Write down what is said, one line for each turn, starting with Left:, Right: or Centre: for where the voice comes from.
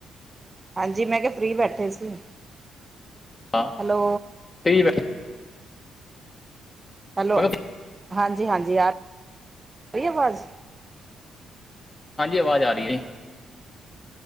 Right: ਹਾਂਜੀ ਮੈਂ ਕਿਹਾ ਫਰੀ ਬੈਠੇ ਸੀ
Left: ਹਾਂ
Right: ਹੈਲੋ
Left: ਫਰੀ ਬੈ
Right: ਹੈਲੋ,
Left: ਮੈਂ ਕਿਹਾ
Right: ਹਾਂਜੀ-ਹਾਂਜੀ ਆ ਰਹੀ ਆਵਾਜ਼
Left: ਹਾਂਜੀ ਆਵਾਜ਼ ਆ ਰਹੀ ਹੈ ਜੀ